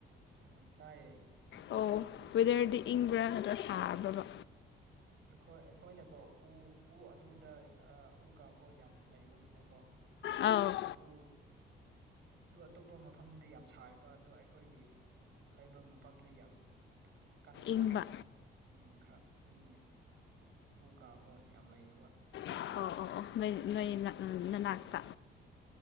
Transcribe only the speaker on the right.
ꯎꯝ ꯇꯥꯏꯑꯌꯦ
ꯍ <unintelligible> ꯑꯩꯈꯣꯏ ꯑꯩꯈꯣꯏꯅꯀꯣ ꯎ ꯎ ꯑꯗꯨꯗ ꯎ ꯀꯥ ꯀꯣ ꯌꯥꯝ ꯂꯩꯕꯒꯤꯅꯀꯣ
ꯑꯗꯨ ꯑꯗꯨ ꯑꯇꯣꯞꯄ ꯃꯐꯝꯗꯗꯤ ꯌꯥꯝ ꯁꯥꯏꯕ ꯑꯗꯨ ꯑꯩꯈꯣꯏꯒꯤ ꯂꯩꯕ ꯃꯐꯝꯗꯤ ꯌꯥꯝ ꯀꯟꯅ ꯁꯥꯗꯦꯗ
ꯈꯔ ꯏꯪꯉꯤ ꯎ ꯀꯥ ꯀꯣ ꯌꯥꯝ ꯂꯩꯌꯦꯕ